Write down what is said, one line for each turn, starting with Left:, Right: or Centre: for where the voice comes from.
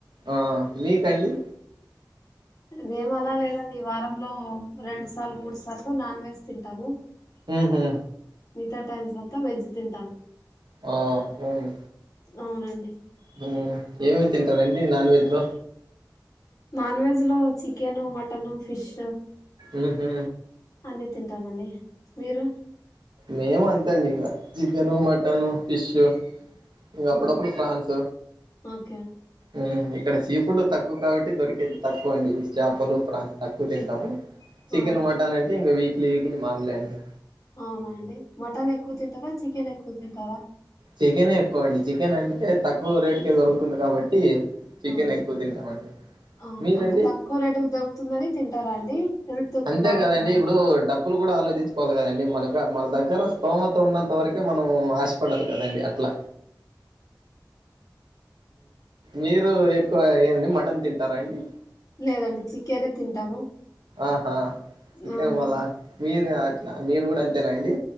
Right: ఆ మీకండి
Left: మేము అలా లేదండి వారంలో రెండు సార్లు మూడు సార్లు నాన్ వెజ్ తింటాము
Right: ఉహు
Left: మితా టైమ్స్ అంత వెజ్ తింటాం
Right: ఒ హ్మ్
Left: అవునండి
Right: హ్మ్ ఏం తిన్ టారండి నాన్ వెజ్ లో
Left: నాన్ వెజ్ లో చికెను మటను ఫిష్
Right: ఊహు
Left: అన్ని తింటామండి మీరు
Right: మేమంతే అంతే ఇగ చికెను మటన్ టను ఫిష్ ఇంక అప్పుడప్పుడు
Left: ఆ,
Right: ఫ్రాన్స్
Left: ఓకే
Right: మ్ ఇక్కడ సీ ఫుడ్ తక్కువ కాబట్టి దొరికేది తక్కువ అండి చేపలు ఫ్రాన్స్ తక్కువ తింటాము చికెన్
Left: ఆ,
Right: మటన్ అయి అంతే ఇగ వీక్లీ వీక్లీ నాన్ <inaudible>
Left: అవునా అండి మటన్ ఎక్కువ తింటారా చికెన్ ఎక్కువ తింటా తారా
Right: చికెనే ఎక్కువ అండి చికెన్ అంటే తక్కువ రేటు కే దొరుకుతుంది కాబట్టి చికెన్
Left: మ్
Right: ఎక్కువ తింటామండి
Left: అవును
Right: మీరండి
Left: అంటే తక్కువ రెటుకు దొరుకుతుందని తింటారా అండి
Right: అంతే
Left: బాగుంటుందని
Right: కదండి ఇప్పుడు డబ్బు డబ్బులు కూడా ఆలోచించుకోవాలి కదండి మనక మన దగ్గర స్థోమత ఉన్నంత వరక మనం ఆశపడాలి కదండి అట్లా మీరు ఎక్కువ ఏ మటన్ తింటారా అండి
Left: లేదండి చికెనే తింటాము
Right: ఆహా చికెన్
Left: అవును
Right: వాళ మీరు అలా మీరు కూడా అంతేనా అండి